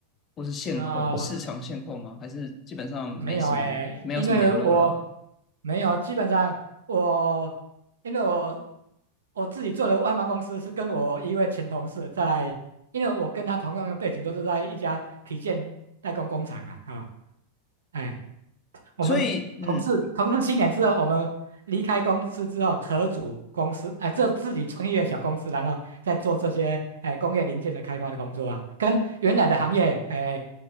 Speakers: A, on the left; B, on the right.
A: 或是现况、
B: 啊、
A: 市场现况吗？还是基本上没什么，
B: 没有诶，
A: 没有什么联络了？
B: 因为我没有，基本上我因为我我自己做的外贸公司是跟我一位前同事在，因为我跟他同样的背景都是在一家皮件代工工厂啊，啊、哎。我们同事同事七年之后，
A: 所以，嗯，
B: 我们离开公司之后，合组公司，哎、这自己创业的小公司，然后再做这些哎、工业零件的开发的工作啊，跟原来的行业哎、